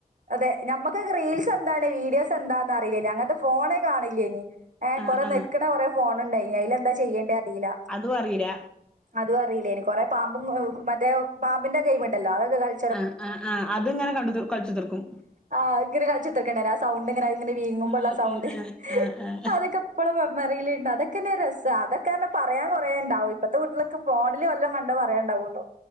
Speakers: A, on the right; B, in the centre.
A: അതെ ഞമ്മക്കൊക്ക റീൽസ് എന്താണ് വീഡിയോസ് എന്താന്നറിയിലേനി അങ്ങൻത്തെ ഫോണെ കാണില്ലേനി. ഏഹ്
B: ആഹ്
A: കൊറേ
B: ആഹ്
A: നെക്ക്ണ കൊറേ ഫോണ് ണ്ടായിനി അയിലെന്താ ചെയ്യണ്ടെ അറിയില.
B: അതും അറിയില്ല
A: അതു അറിലേനി കൊറേ പാമ്പും എഹ് മറ്റേ പാമ്പിന്റെ ഗെയിമ്ണ്ടല്ലോ അതൊക്കെ കൾ
B: ആഹ് ആഹ് ആഹ് അത് ങ്ങനെ കണ്ടുതർ കൾച്ചുത്തർക്കും.
A: ആഹ് അഹ്ങ്ങനെ കൾച്ച്ത്തെർക്കണല്ലേ ആ സൗണ്ട്ങ്ങനെ അഹ് ഇങ്ങനെ വീങ്ങുമ്പള്ള
B: ഉം
A: സൗണ്ട്
B: ഉം ആഹ് ആഹ് ആഹ്
A: അതൊക്ക. പ്പളും മെമ്മറിലിണ്ടത ക്കെന്നെ രസാ അതൊക്കെർഞ്ഞ പറയാ കൊറേണ്ടാവും ഇപ്പത്തെ കുട്ട്യള്ക്ക് ഫോണില് വല്ലോം കണ്ട പറയാണ്ടാവുള്ളു.